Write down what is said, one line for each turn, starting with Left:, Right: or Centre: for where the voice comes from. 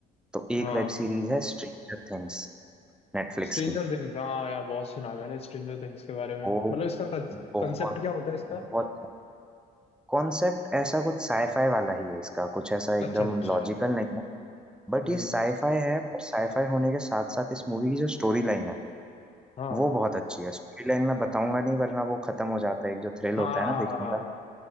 Centre: तो एक
Left: हाँ
Centre: वेब सीरीज है स्ट्रेंजर थिंग्स नेटफ्लिक्स
Left: स्ट्रेंजर
Centre: की
Left: थिंग्स हाँ यार बहुत सुना है मैंने स्ट्रेंजर थिंग्स के बारे में
Centre: वो
Left: मतलब इसका
Centre: बहुत
Left: कंसेप्ट क्या होता है इसका
Centre: बहुत कॉन्सेप्ट ऐसा कुछ साईफाई वाला ही है इसका कुछ ऐसा एकदम
Left: अच्छा अच्छा
Centre: लॉजिकल नहीं है बट
Left: हम्म
Centre: ये साईफाई है पर साईफाई होने के साथ साथ इस मूवी की जो स्टोरी लाइन है
Left: हाँ
Centre: वो बहुत अच्छी है स्टोरी लाइन मैं बताऊंगा नहीं वरना वो खत्म हो जाता है एक जो थ्रिल
Left: हाँ
Centre: होता है ना देखने का